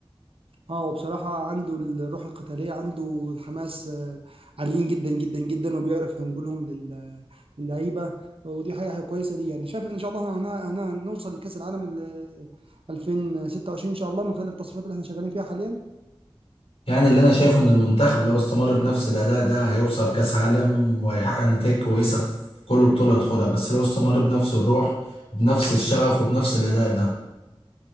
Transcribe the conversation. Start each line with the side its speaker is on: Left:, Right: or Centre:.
Right: اه هو بصراحة عنده الروح القتالية عنده الحماس آه، عاليين جدا جدا جدا وبيعرف ينقلهم لل- للعيبة ودي حاجة حاجة كويسة ليه يعني شايف ان شاء الله هن- هن- هنوصل لكأس العالم ال- 2026 ان شاء الله من خلال التصفيات اللي احنا شغالين فيها حاليا
Left: يعني اللي انا شايفه ان المنتخب لو استمر بنفس الاداء ده هيوصل كاس عالم وهيحقق نتائج كويسه في كل بطوله يدخلها بس لو استمر بنفس الروح بنفس الشغف وبنفس الاداء ده